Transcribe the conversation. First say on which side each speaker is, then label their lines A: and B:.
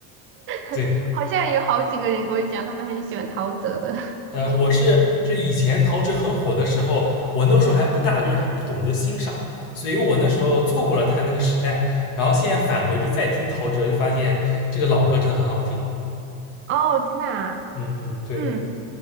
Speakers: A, on the right; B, on the left.
A: <laughs>
B: 对，
A: 好像有好几个人跟我讲，他们很喜欢陶喆的。
B: 呃，我是就以前陶喆很火的时候，我那时候还不大，就是还不懂得欣赏，所以我那时候错过了他那个时代，然后现在返回去再听陶喆，就发现这个老歌真的很好听，嗯
A: <laughs> 哦，真的啊，
B: 嗯嗯，对，
A: 嗯，